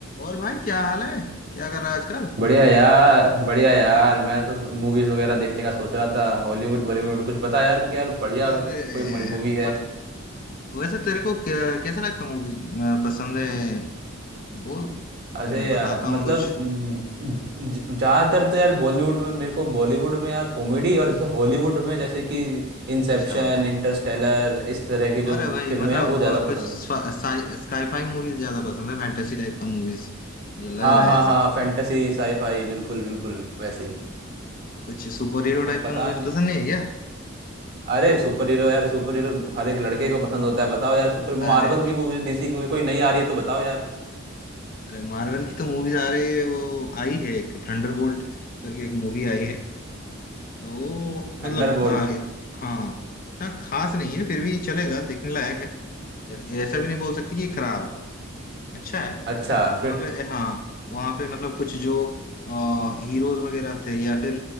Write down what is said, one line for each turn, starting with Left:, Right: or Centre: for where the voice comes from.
Left: और भाई क्या हाल है क्या कर रहा है आजकल
Right: बढ़िया यार बढ़िया यार मैं तो मूवीज वगैरह देखने का सोच रहा था हॉलीवुड बॉलीवुड कुछ बता यार कि यार बढ़िया
Left: अरे
Right: कोई मूवी है
Left: मत वैसे तेरे को कै- कैसे टाइप का मूवीज पसंद है बोल
Right: अरे
Left: फिर मैं बताता
Right: यार
Left: हूँ
Right: मतलब
Left: कुछ
Right: ज़्यादातर तो यार बॉलीवुड में मेरे को बॉलीवुड में यार कॉमेडी और जैसे हॉलीवुड में जैसे कि इंसेप्शन
Left: अच्छा
Right: इंटरस्टेलर इस तरह की जो
Left: अरे भाई
Right: फिल्में
Left: मतलब
Right: हैं वो ज़्यादा
Left: अ, कुछ
Right: पसंद है
Left: स्काईफाई मूवीज ज्यादा पसंद है फैंटेसी टाइप का मूवीज मुझे लग
Right: हाँ
Left: रहा
Right: हाँ
Left: है ऐसा
Right: हाँ फैंटेसी साईफाई बिल्कुल बिल्कुल वैसे ही
Left: कुछ सुपर हीरो
Right: अब
Left: टाइप
Right: पता
Left: का मूवीज
Right: नहीं
Left: पसंद नहीं है क्या
Right: अरे सुपर हीरो यार सुपर हीरो हर एक लड़के को पसंद होता है बताओ यार सुपर
Left: अरे
Right: मार्वल की मूवीज डीसी की मूवी कोई नई आ रही है तो बताओ यार
Left: अरे मार्वल की तो मूवीज आ रही है वो आई है एक थंडरबोल्ट करके एक मूवी आई है वो
Right: थंडरबोल्ट
Left: मतलब हाँ इत- हाँ इतना खास नहीं है फिर भी चलेगा देखने लायक है ऐ- ऐसा भी नहीं बोल सकती कि खराब है अच्छा है
Right: अच्छा फिर
Left: वहाँ पे हाँ वहाँ पे मतलब कुछ जो हीरोज वगैरह थे या फिर